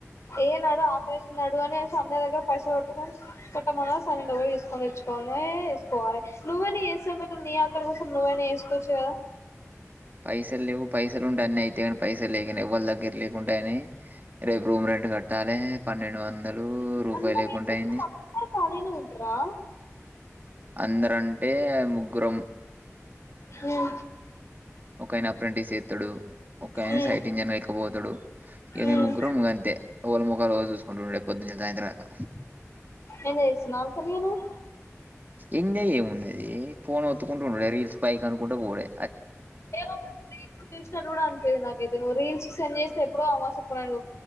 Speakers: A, on the left (about 65°); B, on the right (about 35°).
A: ఏ నాడు ఆ ఆకలి అయ్యింది నడు అనే స దగ్గర పైసలు కొట్టుకొని కొట్టమనన్ని డబ్బ తీసుకొని తెచ్చుకొనినే వేసుకోవాలి నువ్వేనా వేసేమయి నీ అక్కడి కోసం నువ్వైనా వేసుకోవచ్చు కదా
B: పైసలు లేవు పైసలు ఉండే అన్నీ అయితాయి పైస లేకనే ఎవ్వళ్ దగ్గర లేకుండా అయినాయి రేపు రూమ్ రెంట్ కట్టాలే పన్నెండు వందలు ఒక్క రూపాయి
A: అందరు
B: లేకుండా అయింది
A: అందరు ఖాళీనే ఉంటరా
B: అందరుంటే ముగ్గురం
A: ఉమ్
B: ఒకాయన అప్రెంటిస్ ఎత్తడు ఒకాయన
A: ఉమ్
B: సైట్ ఇంజనల్ బోతుడు ఏమి
A: ఉమ్
B: ముగ్గురు ము అంతే ఒకళ ముఖాలు ఒకలు చూసుకుంటుండయి పొద్దున్నుంచి సాయంత్రం దాకా
A: ఏం చేస్తున్నావు ఖాళీగా నువ్వు
B: ఎంజాయ్ ఏం ఉన్నది పోన్ ఒత్తుకుంటూ ఉండుడే రీల్స్ పైకి అనుకుంటు పోవుడే
A: ఏమో రీల్స్ చూసినా కూడా అనిపిది నాకైతే నువ్వు రీల్స్ సెండ్ చేసి ఎప్పుడో అమావాస కి రెండు